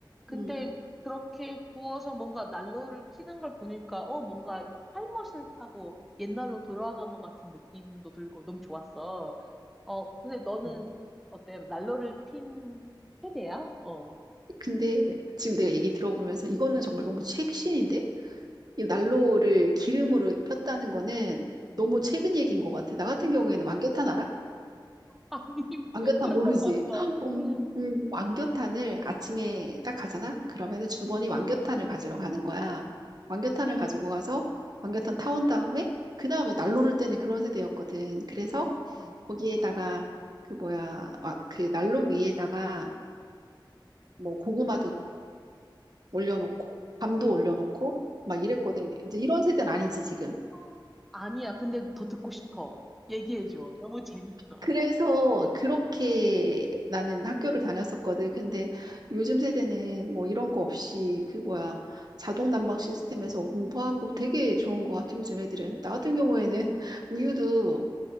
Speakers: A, in the centre; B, on the right.
A: 근데
B: 음.
A: 그렇게 부어서 뭔가 난로를 켜는 걸 보니까, 어, 뭔가 타임머신을 타고 옛날로 돌아간 것 같은 느낌도 들고 너무 좋았어. 어, 근데 너는
B: 음.
A: 어때? 난로를 핀 세대야? 어.
B: 근데 지금 내가 얘기 들어보면서 이거는 정말 너무 최신인데? 이 난로를 기름으로 폈다는 거는
A: 음.
B: 너무 최근 얘기인 것 같아. 나 같은 경우에는 왕겨탄 알아?
A: 아니, <laughs>
B: 왕겨탄
A: 드라마
B: 모르지?
A: 봤어.
B: <gasps> <laughs> 음,
A: 응.
B: 음, 왕겨탄을 아침에 딱 가잖아? 그러면은 주번이 왕겨탄을 가지러 가는 거야. 왕겨탄을 가지고 가서 왕겨탄 타온 다음에 그 다음에 난로를 때는 그런 세대였거든. 그래서
A: 음.
B: 거기에다가 그 뭐야, 와- 그 난로 위에다가 뭐 고구마도 올려놓고 밤도
A: 오.
B: 올려놓고 막 이랬거든. 이제 이런 세대는 아니지 지금.
A: 아, 아니야, 근데 더 듣고 싶어. 얘기해줘. 너무 재밌어.
B: 그래서 그렇게 나는 학교를 다녔었거든. 근데 요즘 세대는 뭐 이런 거 없이 그 뭐야 자동 난방 시스템에서 공부하고 되게 좋은 것 같아. 요즘 애들은. 나 같은 경우에는 <laughs> 우유도